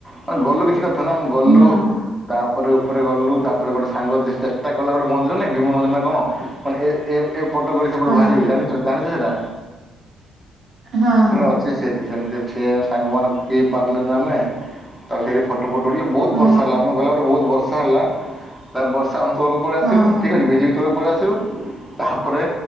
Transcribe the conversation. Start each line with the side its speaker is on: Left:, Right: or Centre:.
Centre: ଆମେ ଗଲୁ କିଛି କ ଆମେ ଗଲୁ।
Right: ହଁ
Centre: ତାପରେ ଉପରେ ଗଲୁ ତାପରେ ଗୋଟେ ସାଙ୍ଗ ଚେଷ୍ଟା କଲା ଗୋଟେ ମନ୍ଦିର ନା ଭୀମ ମନ୍ଦିର ନା କଣ। ମାନେ ଏ ପଟ ଗଳି ସେପଟେ
Right: ହଁ
Centre: ବାହାରିବେ ଜଣିଛ ଜାଣିଛ ସେଟା?
Right: ହଁ
Centre: ସେଟା
Right: ହଁ ହଁ ହଁ
Centre: ଅଛି ସେଠି ସେମିତି ସେ ସାଙ୍ଗମାନେ କିଏ ପାରିଲୁନି ଆମେ ତାକୁ ସେଠି ଫ ଫଟ ଫଟ ଉଠେଇଲୁ ବହୁତ
Right: ହଁ
Centre: ବର୍ଷା ହେଲା ଆମେ ଗଲା ପରେ ବହୁତ ବର୍ଷା ହେଲା ତା ବର୍ଷା ତଳକୁ ପଳେଇ
Right: ହଁ
Centre: ଆସିଲୁ
Right: ହଁ
Centre: ଠିକ ଅଛି ଭିଜିକି ତଳକୁ ପଳେଇ ଆସିଲୁ ତାପରେ